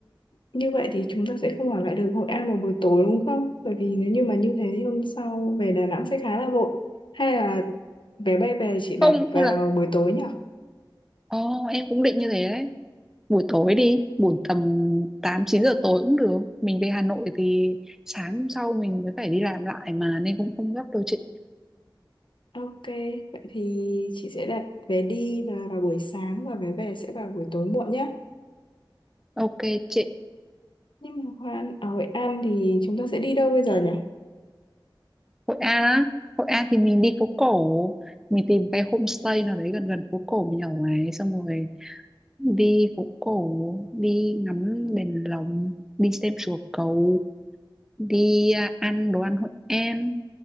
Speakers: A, on the left; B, in the centre.
A: như vậy thì chúng ta sẽ không ở lại được Hội An vào buổi tối đúng không? Bởi vì nếu như mà như thế thì hôm sau về Đà Nẵng sẽ khá là vội. Hay là vé bay về chị đặt
B: không
A: vào
B: hay là
A: buổi tối nhỉ?
B: ồ em cũng định như thế đấy buổi tối đi buổi tầm 8 9 giờ tối cũng được mình về Hà Nội thì sáng hôm sau mình mới phải đi làm lại mà nên cũng không gấp đâu chị
A: Ok, vậy thì chị sẽ đặt vé đi là vào buổi sáng và vé về sẽ vào buổi tối muộn nhé.
B: ok chị
A: Nhưng mà Hoa- ở Hội An thì chúng ta sẽ đi đâu bây giờ nhỉ?
B: Hội An á Hội An thì mình đi phố cổ mình tìm cái homestay nào đấy gần gần phố cổ mình ở ấy xong rồi đi phố cổ đi ngắm đèn lồng đi xem chùa cầu đi à, ăn đồ ăn Hội An